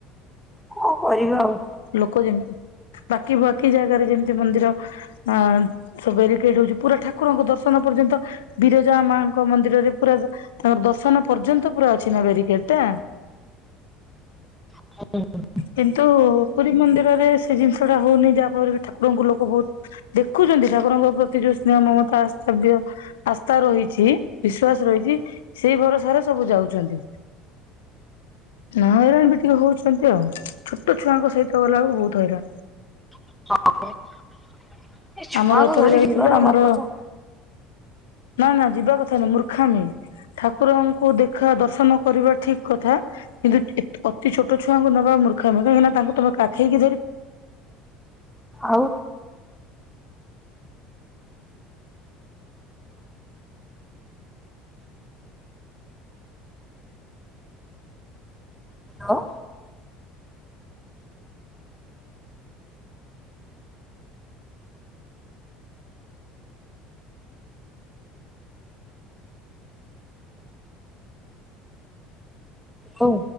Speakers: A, in the centre; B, on the left (about 70°).
A: କଣ କରିବା ଆଉ?
B: ଲୋକ ଯେମିତି ବାକି ବାକି ଜାଗାରେ ଯେମତି ମନ୍ଦିର ଆ ସବୁ ବାରିକେଟ ହଉଛି ପୁରା ଠାକୁରଙ୍କ ଦର୍ଶନ ପର୍ଯ୍ୟନ୍ତ ବିରଜା ମାଙ୍କ ମନ୍ଦିରରେ ପୁରା ତାଙ୍କର ଦର୍ଶନ ପର୍ଯ୍ୟନ୍ତ ପୁରା ଅଛି ନା ବ୍ୟାରିକେଟ ଟା।
A: <inaudible>
B: କିନ୍ତୁ ପୁରୀ ମନ୍ଦିରରେ ସେ ଜିନିଷ ଟା ହଉନି ଯାହା ଫଳରେ କି ଠାକୁରଙ୍କୁ ଲୋକ ବହୁତ୍ ଦେଖୁଚନ୍ତି ଠାକୁରଙ୍କ ପ୍ରତି ଯୋଉ ସ୍ନେହ ମମତା ଆସ୍ତବ୍ୟ ଆସ୍ଥା ରହିଛି ବିଶ୍ୱାସ ରହିଛି ସେଇ ଭରସ ଘରେ ସବୁ ଯାଉଚନ୍ତି ହଇରାଣ ବି ଟିକେ ହଉଚ ସେମିତି ଆଉ ଛୋଟ ଛୁଆଙ୍କ ସହିତ ଗଲାବେଳକୁ ବହୁତ୍ ହଇରାଣ।
A: <unintelligible> ଏ ଛୁଆଙ୍କୁ
B: ଆମର ଏଥର
A: ଧରି
B: ଯାଇଥିଲୁ
A: ଯିବାଟା
B: ଆମର
A: ଭାରି କଷ୍ଟ।
B: ନା ନା ଯିବା କଥା ନୁ ମୂର୍ଖାମି ଠାକୁରଙ୍କୁ ଦେଖା ଦର୍ଶନ କରିବା ଠିକ୍ କଥା। କିନ୍ତୁ ଏତ ଅତି ଛୋଟ ଛୁଆଙ୍କୁ ନବା ମୂର୍ଖାମୀ କାହିଁକି ନା ତାଙ୍କୁ ତମେ କାଖେଇକି ଧରି
A: ଆଉ। ଆଉ। ହଉ।